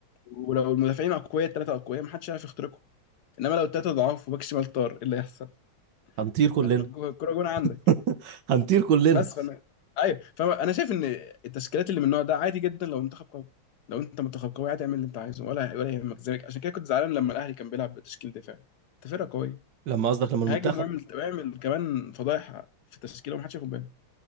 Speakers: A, on the left; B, on the right.
A: ولو المدافعين اقوياء الثلاثه اقوياء محدش هيعرف يخترقهم انما لو الثلاثه ضعاف وباك شمال طار ايه اللي هيحصل؟
B: هنطير كلنا
A: هتبقى الكوره جون عندك
B: <laughs> هنطير كلنا
A: بس فانا ايوه فانا شايف ان التشكيلات اللي من النوع ده عادي جدا لو منتخب قوي لو انت منتخب قوي عادي اعمل اللي انت عايزه ولا ولا يهمك ذلك عشان كده كنت زعلان لما الاهلي كان بيلعب بتشكيل دفاعي انت فرقه قويه
B: لما قصدك لما المنتخب
A: هاجم واعمل واعمل كمان فضايح في التشكيله ومحدش ياخد باله